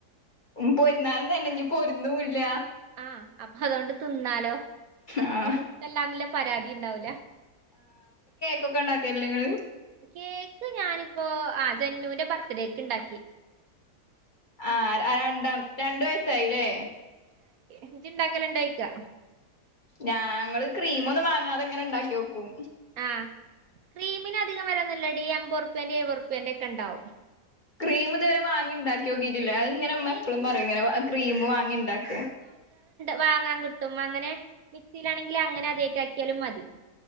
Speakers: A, on the left; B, on the right.
A: ഉം പൊരുന്നാലും തെന്നെ ഇഞ് പൊര്ന്നൂല്ല.
B: ആഹ് അപ്പതൊണ്ട് തിന്നാലോ.
A: ആഹ്
B: ഇനി മുട്ടല്ലാന്ന് ല്ലെ പരാതിണ്ടാവൂല
A: കൊക്കണ്ടാക്കല്ലേ ങ്ങള്?
B: കേക്ക് ഞാനിപ്പോ ആ സെന്നുന്റെ ബർത്ത്ഡേക്ക് ണ്ടാക്കി.
A: ആഹ് അ രണ്ടാം രണ്ട് വയസായിലെ?
B: യ്യ് ണ്ടാക്കല്ണ്ടോയ്ക്കാ.
A: ഞങ്ങള് ക്രീമൊന്നും മാങ്ങാതെങ്ങെനെണ്ടാക്ക്യോക്കും.
B: ആഹ് ക്രീമിന് അധിക വെല്ലെന്നുല്ലെടി എംമ്പോർപ്യൻ്റിം എഴ് വോർപ്യൻ്റൊക്കെണ്ടാവും.
A: ക്രീമ്ത് വരെ വാങ്ങിണ്ടാക്ക്യോക്കി ഇല്ലാ അത് ഇങ്ങനെ
B: അതിന്
A: മ്മപ്പളും പറയും
B: ഈ
A: ഇങ്ങനെ അ ക്രീം വാങ്ങിണ്ടാക്ക
B: വാങ്ങാ കിട്ടും അങ്ങനെ മിക്സിലാണെങ്കി അങ്ങനെ അതേക്കാക്കിയാലും മതി.